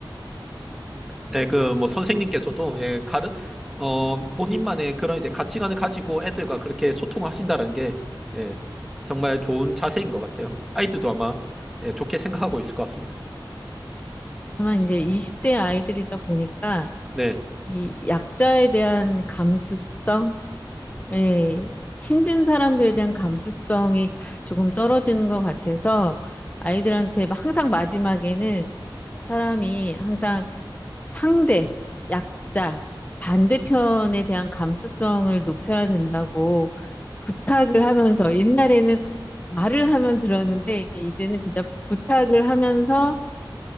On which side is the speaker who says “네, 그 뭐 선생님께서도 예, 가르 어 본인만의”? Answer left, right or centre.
Centre